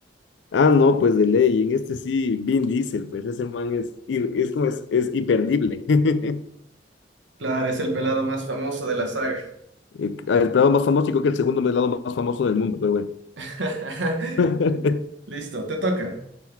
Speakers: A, on the left (about 70°); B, on the right (about 85°).
A: Ah, no, pues de ley. En este sí, Vin Diesel, pues ese man es, ir- es como es, es imperdible. <laughs>
B: Claro, es el pelado más famoso de la saga.
A: Eh, El lado más famoso, y creo que el segundo lado más famoso del mundo, pero bueno.
B: <laughs>
A: <laughs>
B: Listo, te toca.